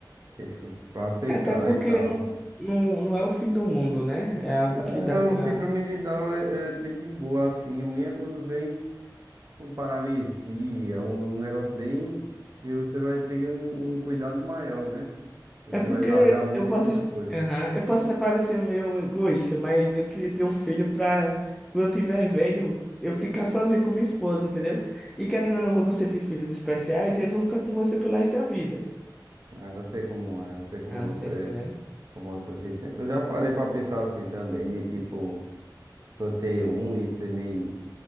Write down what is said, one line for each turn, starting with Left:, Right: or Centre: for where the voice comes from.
Right: ter força pra aceitar
Centre: até porque
Right: e tal.
Centre: não, não, não é o fim do mundo, né, é algo
Right: É,
Centre: que dá
Right: Não,
Centre: pra
Right: síndrome de Down é, é bem de boa, assim. Ruim é quando vem com paralisia, um negócio bem. E você vai ter um, um cuidado maior, né? Você
Centre: É porque
Right: vai largar a mão
Centre: eu
Right: de
Centre: posso,
Right: muitas coisas.
Centre: aham, eu posso até parecer meio egoísta, mas eu queria ter um filho pra quando eu tiver velho, eu ficar sozinho com minha esposa, entendeu? E querendo ou não, quando você tem filhos especiais, eles vão ficar com você pelo resto da vida.
Right: É, Eu sei como é, eu sei como
Centre: Ah,
Right: você,
Centre: tá entendendo?
Right: como você se sente. Eu já parei pra pensar assim também, de tipo, só ter um e ser meio,